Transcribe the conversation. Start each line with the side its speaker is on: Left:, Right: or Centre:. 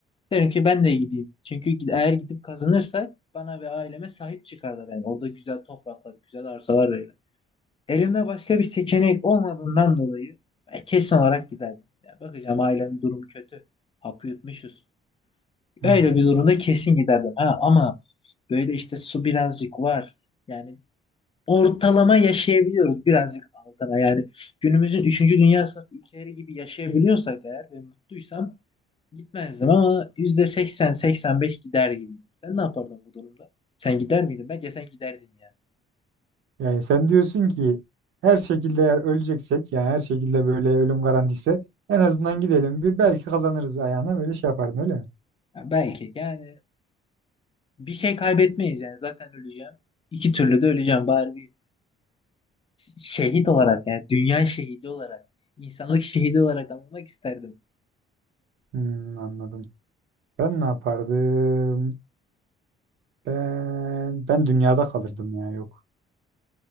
Left: Derim ki ben de gideyim. Çünkü eğer gidip kazanırsak bana ve aileme sahip çıkarlar yani. Orada güzel topraklar, güzel arsalar verir. Elimde başka bir seçenek olmadığından dolayı ben kesin olarak giderdim. Ya bakacağım ailemin durumu kötü. Hapı yutmuşuz.
Right: Hmm.
Left: Öyle bir durumda kesin giderdim. Ha, ama böyle işte su birazcık var. Yani ortalama yaşayabiliyoruz birazcık altına. Yani günümüzün üçüncü dünya sınıfı ülkeleri gibi yaşayabiliyorsak eğer ve mutluysam gitmezdim ama yüzde seksen seksen beş gider gibiydim. Sen ne yapardın bu durumda? Sen gider miydin? Bence sen giderdin yani.
Right: Yani sen diyorsun ki her şekilde eğer öleceksek yani her şekilde böyle ölüm garantisi en azından gidelim bir belki kazanırız ayağına böyle şey yapardın öyle mi?
Left: Ya belki yani bir şey kaybetmeyiz yani zaten öleceğim. İki türlü de öleceğim bari bir şehit olarak yani dünya şehidi olarak insanlık şehidi olarak anılmak isterdim.
Right: Hmm, anladım. Ben ne yapardım? Ben, ben dünyada kalırdım ya yok.